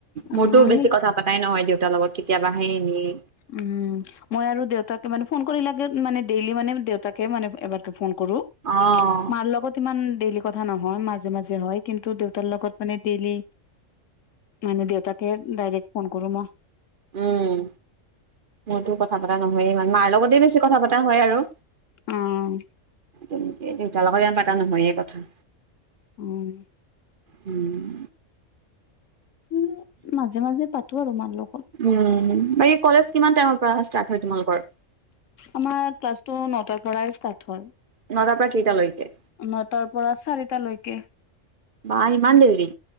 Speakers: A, on the right (about 50°); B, on the left (about 80°).
A: মোৰতো
B: অ'
A: বেছি
B: সেই
A: কথা পাতাই নহয় দেউতাৰ লগত কেতিয়াবা হে এনেই।
B: উম মই আৰু দেউতাকে মানে ফোন কৰি লাগে মানে ডেইলি মানে দেউতাকে মানে এবাৰকে ফোন কৰো।
A: অঁ।
B: মাৰ লগত ইমান ডেইলি কথা নহয় মাজে-মাজে হয় কিন্তু দেউতাৰ লগত মানে ডেইলি। মানে দেউতাকহে ডাইৰেক্ট ফোন কৰো মই।
A: উম। মোৰতো কথা পতা নহয়েই ইমান মাৰ লগতে বেছি কথা পতা হয় আৰু।
B: অ'
A: দেউতাৰ লগৰ ইমান পতা নহয়ে কথা।
B: উম।
A: উম।
B: উম, মাজে-মাজে পাতো আৰু মাৰ লগত
A: উম, বাকী কলেজ কিমান টাইমৰ পৰা ষ্টাৰ্ট হয় তোমালোকৰ?
B: আমাৰ ক্লাছটো নটাৰ পৰাই ষ্টাৰ্ট হয়।
A: নটাৰ পৰা কেইটালৈকে?
B: নটাৰ পৰা চাৰিটালৈকে।
A: বা ইমান দেৰি?